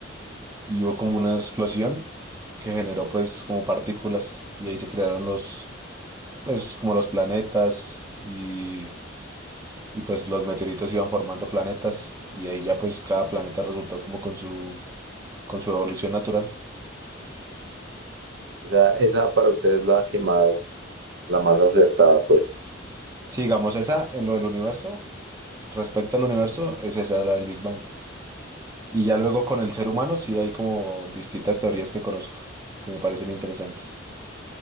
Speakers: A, on the right; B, on the right.
A: y hubo como una explosión que generó pues como partículas y ahí se crearon los, pues como los planetas y y pues los meteoritos iban formando planetas y ahí ya pues cada planeta resultó como con su, con su evolución natural.
B: O sea, esa para usted es la que más, la más acertada, pues.
A: sigamos esa en lo del universo, respecto al universo, es esa la del Big Bang. Y ya luego con el ser humano sí hay como distintas teorías que conozco, que me parecen interesantes.